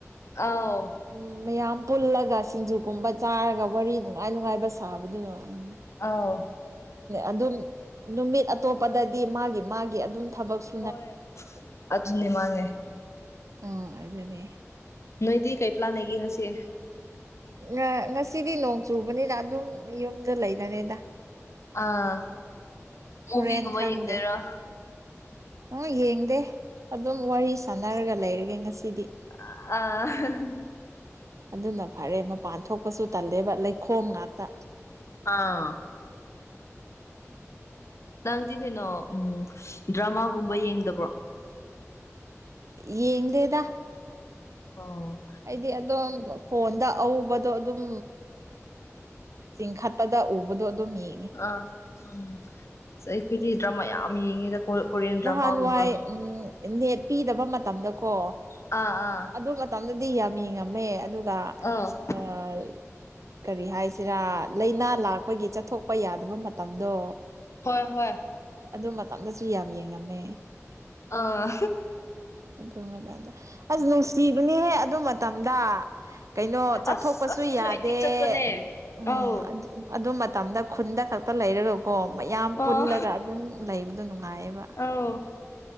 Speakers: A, on the left (about 60°); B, on the right (about 70°).
A: ꯑꯧ
B: ꯎꯝ ꯃꯌꯥꯝ ꯄꯨꯜꯂꯒ ꯁꯤꯡꯖꯨꯒꯨꯝꯕ ꯆꯥꯔꯒ ꯋꯥꯔꯤ ꯅꯨꯡꯉꯥꯏ ꯅꯨꯡꯉꯥꯏꯕ ꯁꯥꯕꯗꯨꯅ ꯎꯝ
A: ꯑꯧ
B: ꯑꯗꯨꯝ ꯅꯨꯃꯤꯠ ꯑꯇꯣꯞꯄꯗꯗꯤ ꯃꯥꯒꯤ ꯃꯥꯒꯤ ꯑꯗꯨꯝ ꯊꯕꯛ ꯁꯨ
A: ꯍꯣꯏ ꯑꯗꯨꯅꯤ ꯃꯥꯅꯦ
B: ꯎꯝ ꯑꯗꯨꯅꯦ
A: ꯅꯣꯏꯗꯤ ꯀꯩ ꯄ꯭ꯂꯥꯟ ꯂꯩꯒꯦ ꯉꯁꯤꯦ
B: ꯉ ꯉꯁꯤꯗꯤ ꯅꯣꯡ ꯆꯨꯕꯅꯤꯅ ꯑꯗꯨꯝ ꯌꯨꯝꯗ ꯂꯩꯅꯔꯦꯗ
A: ꯑꯥ ꯃꯨꯚꯤꯒꯨꯝꯕ
B: ꯍꯣꯔꯦꯟ ꯈꯪꯗꯦ
A: ꯌꯦꯡꯗꯣꯏꯔꯣ
B: ꯍꯣꯏ <unintelligible> ꯌꯦꯡꯗꯦ ꯑꯗꯨꯝ ꯋꯥꯔꯤ ꯁꯥꯟꯅꯔꯒ ꯂꯩꯔꯒꯦ ꯉꯁꯤꯗꯤ
A: ꯑ
B: ꯑꯗꯨꯅ ꯐꯔꯦ ꯃꯄꯥꯟ ꯊꯣꯛꯄꯁꯨ ꯇꯜꯂꯦꯕ ꯂꯩꯈꯣꯝ ꯉꯥꯛꯇ
A: ꯑꯥ ꯅꯪꯗꯤ ꯀꯩꯅꯣ ꯎꯝ ꯗ꯭ꯔꯃꯥꯒꯨꯝꯕ ꯌꯦꯡꯗꯕ꯭ꯔꯣ
B: ꯌꯦꯡꯗꯦꯗ
A: ꯑꯣ
B: ꯑꯩꯗꯤ ꯑꯗꯨꯝ ꯐꯣꯟꯗ ꯑꯎꯕꯗꯣ ꯑꯗꯨꯝ ꯆꯤꯡꯈꯠꯄꯗ ꯎꯕꯗꯣ ꯑꯗꯨꯝ ꯌꯦꯡꯉꯤ
A: ꯑꯪ ꯎꯝ ꯑꯩꯈꯣꯏꯗꯤ ꯗ꯭ꯔꯃꯥ ꯌꯥꯝ ꯌꯦꯡꯉꯦꯗ ꯀꯣꯔꯤꯌꯟ
B: ꯅꯍꯥꯟꯋꯥꯏ
A: ꯗ꯭ꯔꯃꯥꯒꯨꯝꯕ
B: ꯎꯝ ꯅꯦꯠ ꯄꯤꯗꯕ ꯃꯇꯝꯗꯀꯣ
A: ꯑ ꯑ
B: ꯑꯗꯨ ꯃꯇꯝꯗꯗꯤ ꯌꯥꯝ ꯌꯦꯡꯉꯝꯃꯦ ꯑꯗꯨꯒ
A: ꯑꯪ
B: ꯑ <unintelligible> ꯀꯔꯤ ꯍꯥꯏꯁꯤꯔꯥ ꯂꯥꯏꯅꯥ ꯂꯥꯛꯄꯒꯤ ꯆꯠꯊꯣꯛꯄ ꯌꯥꯗꯕ ꯃꯇꯝꯗꯣ
A: ꯍꯣꯏ ꯍꯣꯏ
B: ꯑꯗꯨ ꯃꯇꯝꯗꯁꯨ ꯌꯥꯝ ꯌꯦꯡꯉꯝꯃꯦ
A: ꯑ
B: ꯑꯗꯨ ꯃꯇꯝꯗ ꯑꯁ ꯅꯨꯡꯁꯤꯕꯅꯤꯍꯦ ꯑꯗꯨ ꯃꯇꯝꯗ ꯀꯩꯅꯣ ꯆꯠꯊꯣꯛꯄꯁꯨ
A: ꯑꯁ ꯑꯁꯤꯁꯨ
B: ꯌꯥꯗꯦ
A: ꯑꯦꯗꯤꯛ ꯆꯠꯄꯅꯦ
B: ꯎꯝ
A: ꯑꯧ
B: ꯑꯗꯨ ꯃꯇꯝꯗ ꯈꯨꯟꯗ ꯈꯛꯇ ꯂꯩꯔꯒꯀꯣ ꯃꯌꯥꯝ
A: ꯑꯥ
B: ꯄꯨꯟꯂꯒ ꯑꯗꯨꯝ ꯂꯩꯕꯗꯣ ꯅꯨꯡꯉꯥꯏꯌꯦꯕ
A: ꯑꯧ